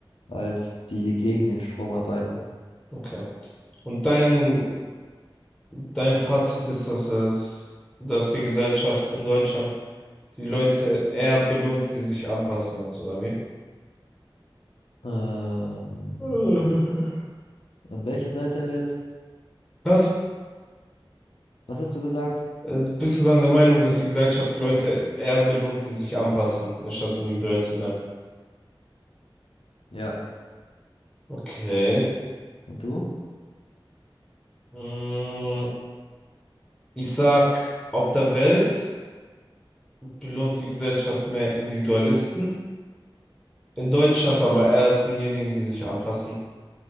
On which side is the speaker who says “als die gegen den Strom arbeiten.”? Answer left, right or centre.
Left